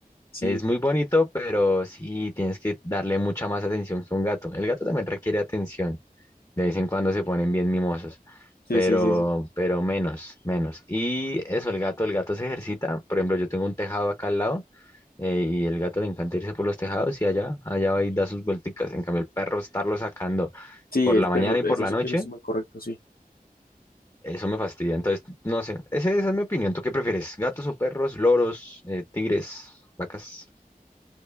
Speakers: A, on the left; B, on the left.
A: Sí,
B: es muy bonito, pero sí, tienes que darle mucha más atención que un gato. El gato también requiere atención. De vez en cuando se ponen bien mimosos,
A: sí,
B: pero,
A: sí, sí, sí.
B: pero menos, menos. Y eso, el gato, el gato se ejercita. Por ejemplo, yo tengo un tejado acá al lado eh, y el gato le encanta irse por los tejados y allá, allá va y da sus vuelticas. En cambio, el perro estarlo sacando
A: Sí,
B: por
A: el
B: la mañana
A: perro,
B: y
A: ese,
B: por la
A: es-
B: noche,
A: ese es muy correcto, sí.
B: eso me fastidia. Entonces, no sé, ese- esa es mi opinión. ¿Tú qué prefieres? ¿Gatos o perros, loros, eh, tigres, vacas?